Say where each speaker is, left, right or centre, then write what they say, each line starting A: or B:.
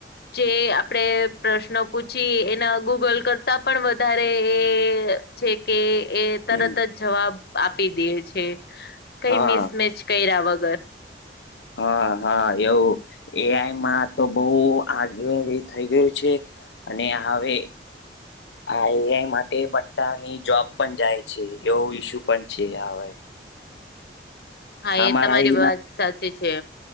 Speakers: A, on the left; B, on the left.
A: જે આપડે પ્રશ્નો પૂછી એના ગૂગલ કરતા પણ વધારે એ છે કે એ તરત
B: હમ
A: જ જવાબ આપી દે છે કઈ
B: હા
A: મિસમેચ કર્યા વગર.
B: હા હા એવું એઆઈમાં તો બહ આગળ થઈ ગયું છે. અને હવે આ એઆઈ માટે બટ્ટાની જોબ પણ જાય છે એવો ઈસ્યુ પણ છે હવે
A: હા
B: હમારા
A: એ તમારી વાત સાચી છે.